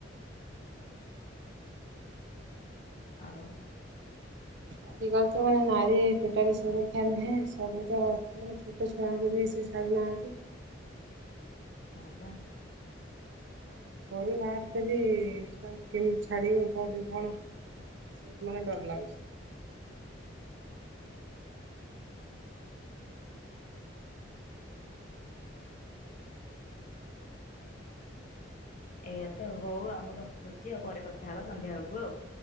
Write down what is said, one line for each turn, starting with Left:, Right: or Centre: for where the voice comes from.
Left: ଆଉ
Right: ଆଜି କାଲି ତ ମାନେ ନାରୀ ଟୋଟାଲି ସୁରକ୍ଷା ନୁହେଁ ସବୁ ତ ମାନେ ଛୋଟ ଛୁଆଙ୍କୁ ବି ସେ ଛାଡ଼ୁନାହାଁନ୍ତି
Left: ହଁ ତ
Right: ନାଇ ଘରୁ ବାହାର ତେ ବି କେମିତି ଛାଡିବୁ କୋଉଠି କଣ ସେଇ ମାନେ ଡର ଲାଗୁଛି
Left: ଏଇଆ ତ ହଉ ଆଉ ମୁଁ ରଖୁଛି ଆଉ ପରେ କଥା ହବା ସନ୍ଧ୍ୟା ବେଳକୁ ଆଉ